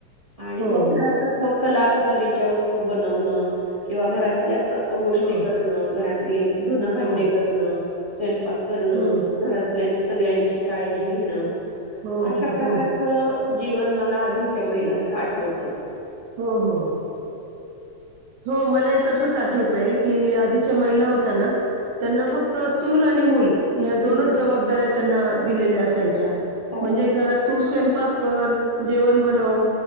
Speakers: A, on the right; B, on the right.
A: आणि
B: हो
A: मग आता मग कलाकुसरीच्या वस्तू बनवण किंवा घरातल्या गोष्टी
B: हो
A: करणं घरात- <inaudible> भांडे
B: हो हो
A: करणं. स्वयंपाक. करणं
B: हम्म,
A: घरातल्या सगळ्यांची काळजी घेणं.
B: हो
A: अशा
B: हो
A: प्रकारचं.
B: हो
A: जीवन मला च्या महिलांच
B: हम्म,
A: आठवत.
B: हो हो हो मला तसच आठवतय की आधीच्या महिला होत ना त्यांना फक्त चूल आणि मल. ह्या दोनच
A: हं.
B: जबाबदऱ्या त्यांना दिलेल्या असायच्या.
A: हो,
B: म्हणजे घरात तू स्वयंपाक कर जेवण बनव.